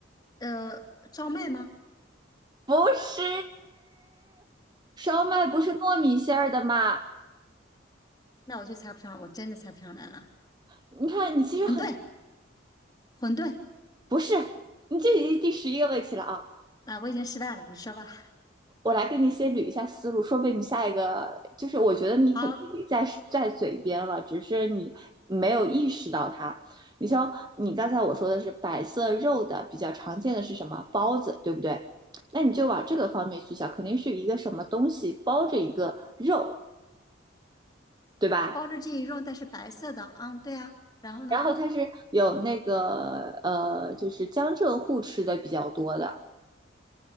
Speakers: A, on the left; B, on the right.
A: 呃，赵麦吗？
B: 不是，烧麦不是糯米馅儿的吗？
A: 那我就猜不上，我真的猜不上来了。
B: 你看，你其实很，
A: 馄饨，馄饨。
B: 不是，你这已经第十一个问题了啊，
A: 啊，我已经失败了，你说吧。
B: 我来给你先捋一下思路，说不定你下一个就是我觉得你肯定在在嘴边了，
A: 好，
B: 只是你没有意识到它。你像你刚才我说的是白色肉的比较常见的是什么包子，对不对？那你就往这个方面去想，肯定是一个什么东西包着一个肉，对吧？
A: 包着这一肉，但是白色的，啊，对啊。然后呢？
B: 然后它是有那个呃，就是江浙沪吃的比较多的